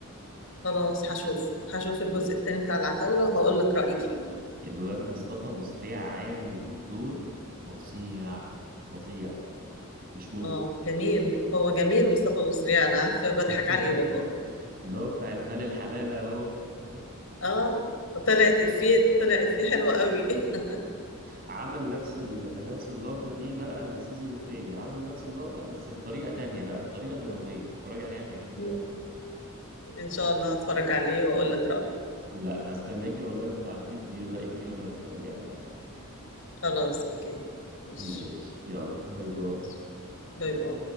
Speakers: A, on the left; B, on the right.
A: خلاص هشوف هشوف الجزء التاني بتاع العتاولة وهقول لك رأيي فيه
B: الواد مصطفى أبو سريع عامل دور فظيع فظيع مش ممكن
A: اه جميل هو جميل مصطفى مصري انا عارفة بضحك
B: <laughs>
A: عليه والله
B: اللي هو بتاع المال الحلال اهو <laughs>
A: اه طلعت افيه طلع افيه حلو قوي <laughs>
B: عمل نفس ال... نفس اللقطة دي بقى السيزون التاني عمل نفس اللقطة بس بطريقة تانية بقى بطريقة درامية اتفرج عليها تعجبك
A: مم.
B: قوي
A: ان شاء الله هتفرج عليه واقول لك رأيي
B: لا هستناكي والله تبعتيلي تقولي لي رأيك فيه لما تتفرجي عليه
A: خلاص اوكي ماشي
B: ماشي يلا باي باي
A: ماشي باي باي